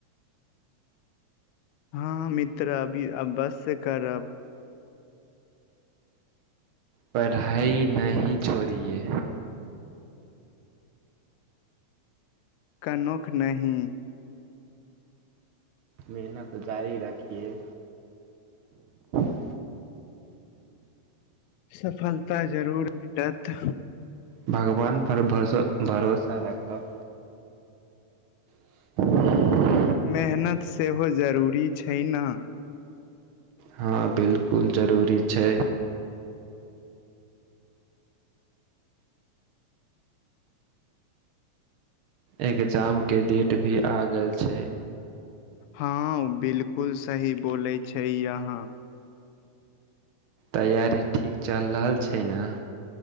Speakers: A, on the left; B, on the right.
A: हाँ, हाँ मित्र! अभी अबश्य करब।
B: पढ़ाई नहि छोड़ीये।
A: कनुख नहि।
B: मेहनत जारी रखिये।
A: <inaudible>
B: <inaudible>
A: सफलता जरूर भेटत।
B: भगवान! पर भस भरोसा राखब। <inaudible>
A: मेहनत सेहो जरूरी छै ने।
B: हाँ 'बिलकुल' जरूरी छै। एग्जाम के डेट भी आ गेल छै।
A: हाँ 'बिलकुल' सही बोलै छै यहाँ।
B: तैयारी ठीक चल रहल छै ने?